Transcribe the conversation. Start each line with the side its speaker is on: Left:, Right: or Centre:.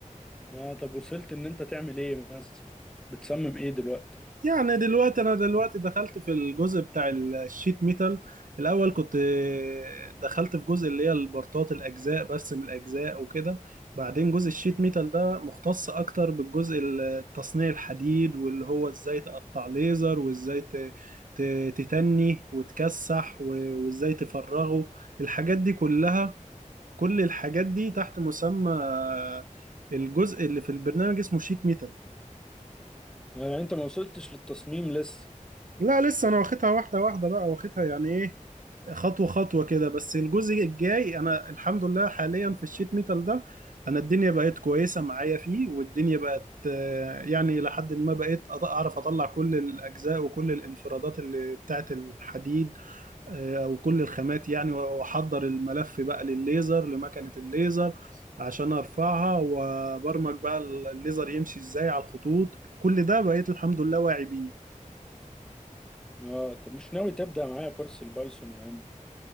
Centre: اه طب وصلت ان انت تعمل ايه مثلا بتصمم ايه دلوقتي
Right: يعني دلوقتي انا دلوقتي دخلت في الجزء بتاع الشيت ميتال الاول كنت آه، دخلت في جزء اللي هي البرطات الاجزاء برسم الاجزاء وكده بعدين جزء الشيت ميتال ده مختص اكتر بالجزء التصنيع الحديد واللي هو ازاي تقطع ليزر وازاي ت- ت- تتني وتكسح و- وازاي تفرغه الحاجات دي كلها كل الحاجات دي تحت مسمى آه، الجزء اللي في البرنامج اسمه شيت ميتال
Centre: اه يعني انت ما وصلتش للتصميم لسه
Right: لا لسه انا واخدها واحده واحده بقى واخدها يعني ايه خطوه خطوه كده بس الجزء الجاي انا الحمد لله حاليا في الشيت ميتال ده انا الدنيا بقت كويسه معايا فيه والدنيا بقت آه، يعني لحد ما بقيت أط- اعرف اطلع كل الاجزاء وكل الانفرادات اللي بتاعت الحديد آه، او كل الخامات يعني واحضر الملف بقى للليزر لمكنه الليزر عشان ارفعها وبرمج بقى الليزر يمشي ازاي على الخطوط كل ده بقيت الحمد لله واعي بيه
Centre: اه طب مش ناوي تبدأ معايا كورس البايثون يا عم